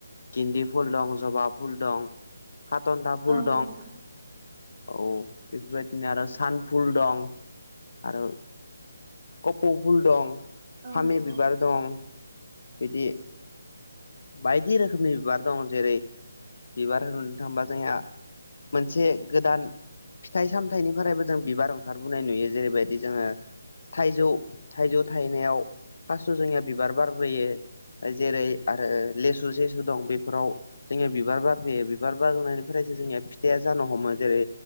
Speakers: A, on the left (about 60°); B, on the right (about 35°).
A: गिन्दि फुल दं, जबा फुल दं, हाथन्दा फुल
B: औ
A: दं
B: नोंथां
A: औ बेफोरबायदिनो आरो सानफुल दं आरो कफौ फुल दं,
B: औ
A: फामि
B: नंगौ
A: बिबार दं बिदि बायदि रोखोमनि बिबार दं। जेरै बिबार होननो थाङोबा जोंहा मोनसे गोदान फिथाइ सामथायाइनिफ्रायबो जों बिबार ओंखारबोनाय नुयो जेरैबायदि जोङो थाइजौ थाइजौ थायनायाव फार्स्टाव जोंनिया बिबार बारग्रोयो। जेरै आरो लेसु सेसु दं बेफोराव जोंनिया बिबार बारहोयो बिबार बारनायनिफ्रायसो जोंनिया फिथाइया जानो हमो। जेरै